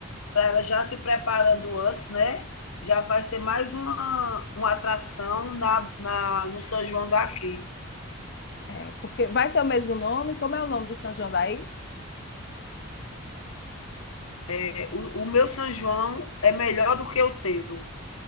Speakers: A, on the left; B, on the left.
A: para ela já se preparando antes, né? Já vai ser mais uma, uma atração na, na, no São João daqui.
B: É, porque vai ser o mesmo nome? Como é o nome do São João daí?
A: É, O, o meu São João é melhor do que o teu.